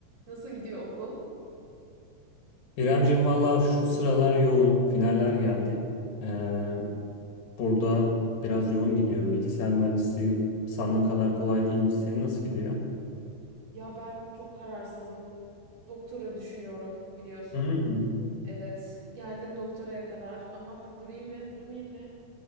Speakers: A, on the right (about 45°); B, on the left (about 75°).
A: Nasıl gidiyor okul?
B: İremcim valla şu sıralar yoğun. Finaller geldi. Ee, burada biraz yoğun gidiyor. Bilgisayar mühendisliği sandığım kadar kolay değilmiş. Senin nasıl gidiyor?
A: Ya ben çok kararsızım. Doktora düşünüyorum biliyorsun.
B: Hmm.
A: Evet, geldim doktoraya kadar ama <laughs> durayım mı, durmayayım mı?